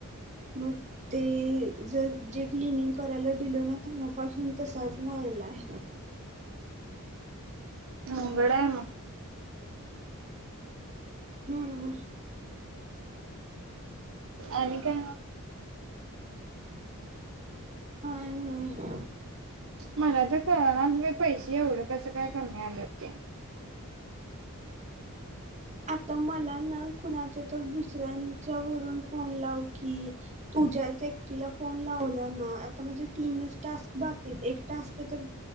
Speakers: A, on the right; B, on the right.
A: मग ते जर जे क्लनिंग करायला दिल ना तेवा पासून तसाच हवायलाय
B: हम् अवघड हाय म
A: हम्म
B: आणि काय
A: हा ना
B: मला तर कळना पैसे एवढं कसं काय कमी आलंत ते
A: <inaudible> आता मला ना कुणाच्या तर दुसऱ्यांच्या वून फोन लाव की तुझ्या त्या एकटीला फोन लावला ना आता म्हणजे तीनच टास्क बाकी एक टास्क तर